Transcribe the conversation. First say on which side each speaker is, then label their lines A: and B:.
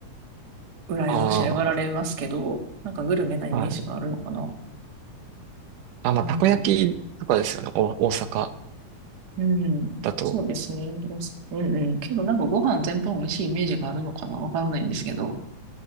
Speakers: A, on the right; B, on the right.
A: 羨ましがられますけど、
B: あ
A: なんかグルメなイメージがあるのかな。
B: あ、はい。あ、まあ、
A: うん。
B: たこ焼きとかですよね、お、大阪
A: うん。
B: だと。
A: そうですね。ですうんうん。けどなんかご飯全般美味しいイメージがあるのかなわかんないんですけど。